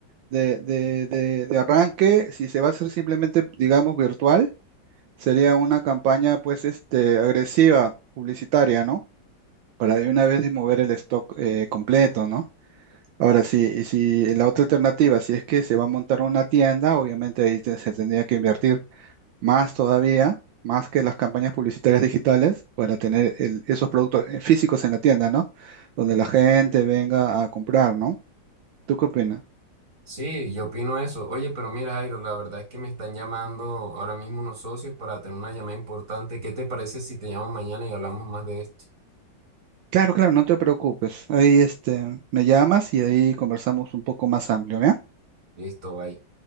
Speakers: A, on the right (about 80°); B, on the right (about 40°).
A: de, de, de, de arranque, si se va a hacer simplemente, digamos, virtual, sería una campaña, pues, este, agresiva, publicitaria, ¿no? Para de una vez mover el stock eh, completo, ¿no? Ahora sí, y si la otra alternativa, si es que se va a montar una tienda, obviamente ahí te- se tendría que invertir más todavía, más que las campañas publicitarias digitales, para tener el- esos productos eh, físicos en la tienda, ¿no? Donde la gente venga a comprar, ¿no? ¿Tú qué opinas?
B: Sí, yo opino eso. Oye, pero mira, Jairo, la verdad es que me están llamando ahora mismo unos socios para tener una llamada importante. ¿Qué te parece si te llamo mañana y hablamos más de esto?
A: Claro, claro, no te preocupes. Ahí este, me llamas y ahí conversamos un poco más amplio, ¿bien?
B: Listo, bye.